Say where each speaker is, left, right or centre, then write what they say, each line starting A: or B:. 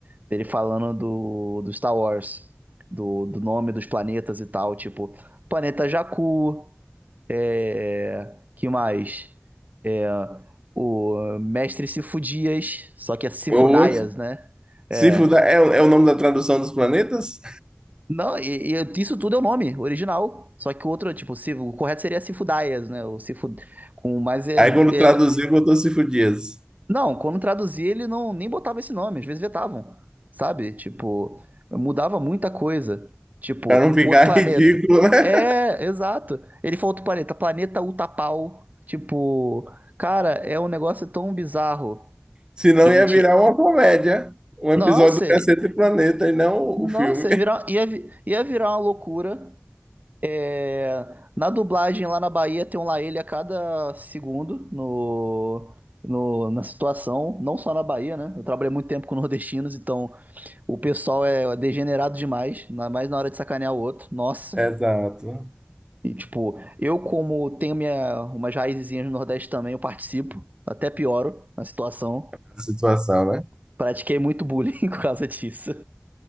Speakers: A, on the right (about 40°); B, on the right (about 20°).
A: Dele falando do, do Star Wars, do, do nome dos planetas e tal, tipo, planeta Jakku, é, que mais? É, o Mestre Sifudias, só que é Sifudaias,
B: Ou
A: né? É.
B: Sífida é, o- é o nome da tradução dos planetas?
A: Não, e, e isso tudo é o nome original. Só que o outro, tipo, se, o correto seria Sifudaias, né? O Sifu, com, mas é,
B: Aí
A: é,
B: quando traduziu, botou Sífo Dias.
A: Não, quando traduzia, ele não nem botava esse nome, às vezes vetavam, sabe? Tipo, mudava muita coisa. Tipo,
B: Pra não ficar
A: o outro planeta.
B: <laughs> ridículo, né?
A: É, exato. Ele falou outro planeta, planeta Utapau. Tipo, cara, é um negócio tão bizarro.
B: Senão
A: Ele
B: ia
A: tinha.
B: virar uma comédia. Um episódio
A: Nossa,
B: do Cacete Planeta e não
A: nossa,
B: o filme. <laughs>
A: ia virar, ia, vi- ia virar uma loucura. É, na dublagem lá na Bahia tem um lá ele a cada segundo no, no- na situação, não só na Bahia, né? Eu trabalhei muito tempo com <laughs> nordestinos, então o pessoal é degenerado demais, ainda mais na hora de sacanear o outro. Nossa.
B: Exato.
A: E tipo, eu como tenho minha, umas raizinhas no Nordeste também, eu participo, até pioro na situação.
B: A situação, né?
A: Pratiquei muito bullying <laughs> por causa disso.